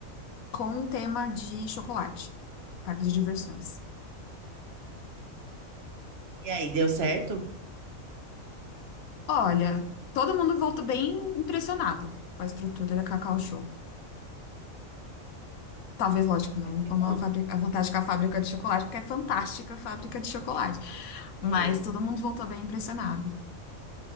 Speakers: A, on the left; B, on the right.
A: com um tema de chocolate, parque de diversões.
B: E aí, deu certo?
A: Olha, todo mundo voltou bem impressionado com a estrutura da Cacau Show. Talvez, lógico, não
B: Ah, que
A: como
B: bom.
A: a fábrica, a vantagem com a fábrica de chocolate, porque é fantástica a fábrica de chocolate. Mas
B: É,
A: todo mundo voltou bem impressionado.